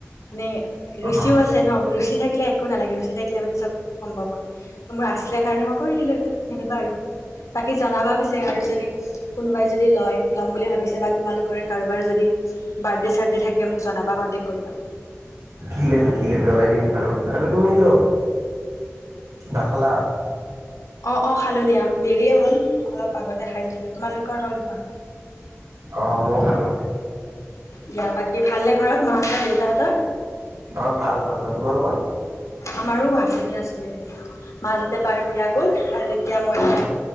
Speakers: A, on the left (about 85°); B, on the right (about 85°).
A: মানে ৰুচিও
B: অ
A: আছে ন ৰুচি থাকিলে একো নালাগে ৰুচি থাকিলে মানে চব সম্ভৱ হয় ত মোৰ আছিলে কাৰণে মই কৰি দিলো এইটো সেনেকুৱা আৰু বাকী জনাবা পছি যে আৰু যদি কোনোবাই যদি লয় লয় বুলি ভাবিছে বা তোমালোকৰে কাৰোবাৰ যদি বাৰ্দে চাৰ্দে থাকে মোক জনাবা কনক্টে কৰিবা
B: ঠিক আছে ঠিক আছে জনাই দিম বাৰু আৰু তুমি তো নাখালা
A: অ অ খালো দিয়া দেৰিয়ে হ'ল অলপ আগতে খাই লৈছিলো তোমালোকৰ হল খোৱা
B: অ মইও খালো
A: দিয়া বাকী ভালনে ঘৰত মাহঁতৰ দেউতাহঁতৰ
B: অ ভাল ভাল আৰু তোমালোকৰ
A: আমাৰো আছে দিয়া ছলী মাজতে বাৰ বিয়া গল আৰু এতিয়া মই যে